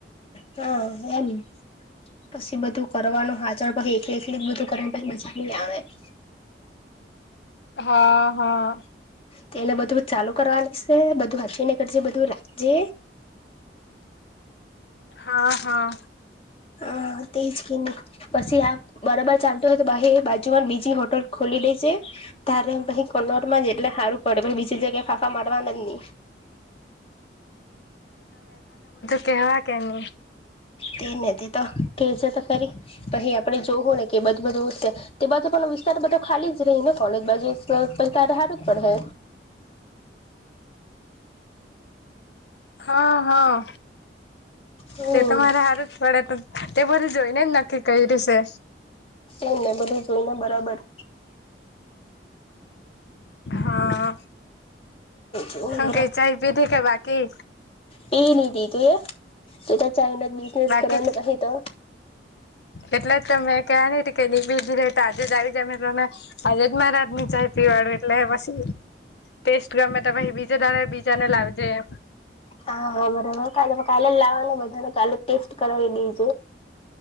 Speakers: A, on the left; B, on the left.
A: હા એમ પછી બધું કરવાનું હાજ પછી એકલે એકલી બધું કરી મજા નઈ આવે <inaudible>
B: હા હા
A: તે એને બધું ચાલુ કરવા ની છે બધું હાચી ને કરજે બધું જે
B: હા હા
A: હા તેજ કે ની પછી આ બરાબર ચાલતુ હોય તો બાજુ ને બીજી હોટલ ખોલી લે તારે કનોરમાં એંટલે સારું પડે બીજી જગ્યાએ ફાફા મારવાનું નહી <inaudible>
B: કેવા કે હવે
A: તેને તે તો કે છે તો ખરી. અહી આપડે જોવ હોય કે એ બધ બધું તે બાજુ પણ વિસ્તાર બધો ખાલી જ રહી ને કોલેજ બાજુ સ પછી તારે હારું જ પડહે.
B: હા હા
A: હમ
B: તે તમારે હારુ જ પડે તો તે બધું જોઈને જ નક્કી કયરુ છે
A: એમને બધું જોઈને બરાબર.
B: હા
A: જોઈને
B: હું કે ચાઈ પીધી કે બાકી?
A: પી લીધી તુ એ તું તો ચાઈનો જ બિઝનેસ
B: બાકી
A: કરવાની પહી તો.
B: એટલે જ તમેં ક્યાંની ટી કેની બીજી રેતા આજે જ આવી જાય મે તો તમે આજે જ મારા હાથની ચાય પીવા એટલે પછી ટેસ્ટ ગમે તો પછી બીજા ટાણે બીજાને લાવજે એમ.
A: હા બરાબર કા કાલે લાવવા બધા ન કાલે ટેસ્ટ કરાવી દે.